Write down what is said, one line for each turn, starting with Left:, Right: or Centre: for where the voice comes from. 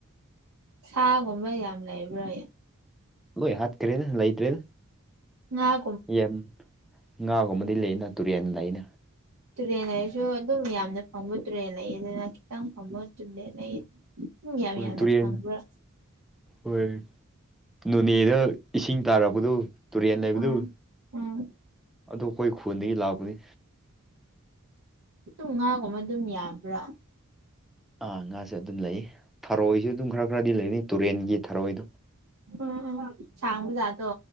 Right: ꯁꯥꯒꯨꯝꯕ ꯌꯥꯝ ꯂꯩꯕ꯭ꯔꯥ
Centre: ꯂꯣꯏ ꯍꯥꯠꯈ꯭ꯔꯦꯗ ꯂꯩꯇ꯭ꯔꯦꯗ
Right: ꯉꯥ
Centre: ꯌꯦꯝ ꯉꯥꯒꯨꯝꯕꯗꯤ ꯂꯩꯌꯦꯅ ꯇꯨꯔꯦꯟ ꯂꯩꯅ
Right: ꯇꯨꯔꯦꯜ ꯂꯩꯔꯁꯨ ꯑꯗꯨꯝ ꯌꯥꯝꯅ ꯐꯪꯕ ꯇꯨꯔꯦꯜ ꯂꯩꯌꯦ ꯑꯗꯨꯅ ꯈꯤꯇꯪ ꯐꯪꯕ ꯇꯨꯔꯦꯜ ꯂꯩ ꯎꯝ ꯌꯥꯝ
Centre: ꯍꯣꯏ
Right: ꯌꯥꯝꯅ
Centre: ꯇꯨꯔꯦꯟ
Right: ꯐꯪꯕ꯭ꯔꯥ
Centre: ꯍꯣꯏ ꯅꯣꯅꯦꯗ ꯏꯁꯤꯡ ꯇꯥꯔꯛꯄꯗꯨ ꯇꯨꯔꯦꯟ ꯂꯩꯕꯗꯨ
Right: ꯎꯝ ꯎꯝ
Centre: ꯑꯗꯨ ꯑꯩꯈꯣꯏ ꯈꯨꯟꯗꯒꯤ ꯂꯥꯛꯄꯅꯤ
Right: ꯑꯗꯨꯝ ꯉꯥꯒꯨꯝꯕ ꯑꯗꯨꯝ ꯌꯥꯝꯕ꯭ꯔꯥ
Centre: ꯑꯥ ꯉꯥꯁꯦ ꯑꯗꯨꯝ ꯂꯩ ꯊꯔꯣꯏꯁꯨ ꯑꯗꯨꯝ ꯈꯔ ꯈꯔꯗꯤ ꯂꯩꯅꯤ ꯇꯨꯔꯦꯟꯒꯤ ꯊꯔꯣꯏꯗꯣ
Right: ꯑꯥ ꯑꯥ ꯁꯥꯡꯕ ꯖꯥꯠꯇꯣ